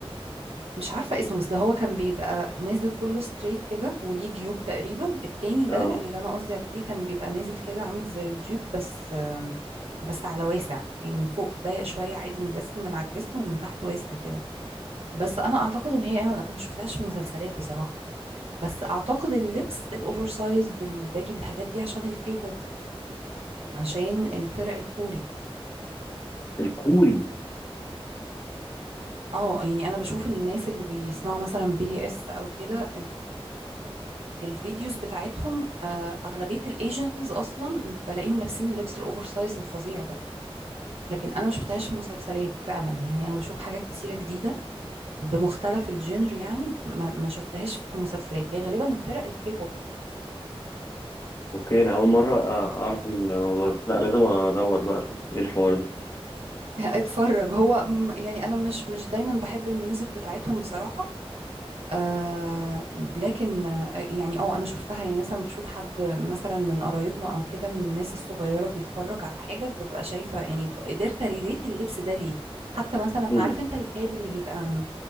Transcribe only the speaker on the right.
مش عارفة اسمه بس اللي هو كان بيبقى نازل كله ستريت كده وليه جيوب تقريبا التاني ده
اللي أنا قصدي عليه كان بيبقى نازل كده عامل زي الجيوب بس آم، بس على واسع يعني من فوق ضيق شوية عادي مجسم من على الجسم ومن تحت واسع كده بس أنا أعتقد إن هي أنا ما شفتهاش في مسلسلات بصراحة بس أعتقد اللبس الأوفر سايز بالباجي بالحاجات دي عشان الكيبوب عشان الفرق الكوري
اه يعني أنا بشوف الناس اللي بيسمعوا مثلا بي اس أو كده الفيديوز بتاعتهم آه، اغلبيه الايجنز اصلا بلاقيهم لابسين اللبس الاوفر سايز الفظيع ده لكن انا ما شفتهاش في مسلسلات فعلا يعني انا بشوف حاجات كتيره جديده بمختلف الجنر يعني ما, ما شفتهاش في مسلسلات هي غالبا الفرق الكيبوب
<laughs> اتفرج هو م- يعني انا مش مش دايما بحب الميوزك بتاعتهم بصراحه آه لكن آه، يعني اه انا شفتها يعني مثلا بشوف حد مثلا من قرايبنا او كده من الناس الصغيره بيتفرج على حاجه ببقى شايفه يعني ب- قدرت ريليت اللبس ده ليه حتى مثلا
عارف انت الكاب اللي بيبقى